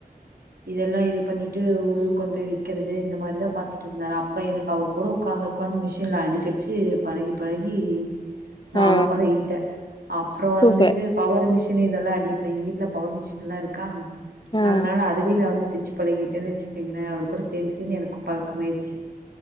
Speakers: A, on the right; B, on the left.
A: இதெல்லா இது பண்ணிட்டு ஊர் ஊருக்கு வந்து விற்கறது இந்த மாரிதா பாத்துட்டு இருந்தாரு அப்ப எனக்கு அவர் கூட உக்காந்து உக்காந்து மெஷின்ல அடிச்சு அடிச்சு பழகி பழகி நானு
B: ஆ
A: பழகிட்ட அப்புறம் வந்துட்டு
B: சூப்பர்
A: பவர் மெக்ஷின் ன் இதெல்லா அடிப்ப எங்க வீட்ல பவர் மிஷின் எல்லா இருக்கா
B: ஆ
A: அதனால அதுவே நா வந்து திச்ச பழகிட்டேனு வச்சுக்கீங்களே அவர் கூட சேந்து சேந்து எனக்கு பழக்க ஆயிடுச்சு